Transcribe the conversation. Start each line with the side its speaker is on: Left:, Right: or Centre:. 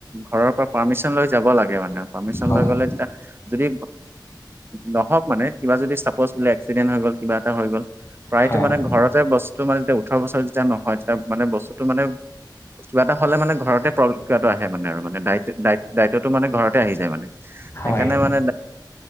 Right: ঘৰৰ পৰা পাৰ্মিশন লৈ যাব লাগে মানে পাৰ্মিশন
Left: হয়
Right: লৈ গ'লে যেতিয়া যদি নহওক মানে কিবা যদি চাপজ বোলে এক্সিডেণ্ট হৈ গল কিবা এটা হৈ গ'ল প্ৰায়টো
Left: হয়
Right: মানে ঘৰতে বস্তু মানে যেতিয়া ওঠৰ বছৰ যেতিয়া নহয় তেতিয়া মানে বস্তুটো মানে কিবা এটা হ'লে মানে ঘৰতেম কিবাটো আহে মানে আৰু মানে দায়িত্বতটো মানে ঘৰত আহি যায় মানে
Left: হয়
Right: সেইকাৰণে মানে